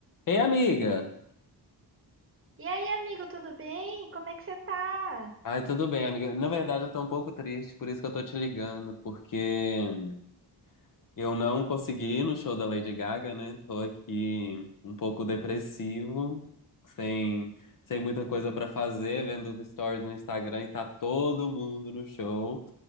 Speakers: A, on the left (about 50°); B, on the right (about 30°).
A: Ei, amiga!
B: E aí, amigo, tudo bem? Como é que você tá?
A: Ai, tudo bem, amiga. Na verdade, eu tô um pouco triste, por isso que eu tô te ligando, porque eu não consegui ir no show da Lady Gaga, né? Tô aqui um pouco depressivo, sem, sem muita coisa pra fazer, vendo os stories no Instagram e tá todo mundo no show.